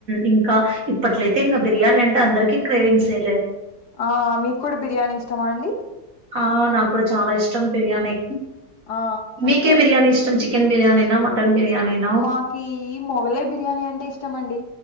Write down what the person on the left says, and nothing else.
ఆ మీకు కూడా బిర్యానీ ఇ ఇష్టమా అండి
ఆ
మాకి మొగలాయ్ బిర్యానీ అంటే ఇష్ట ఇష్టంమండి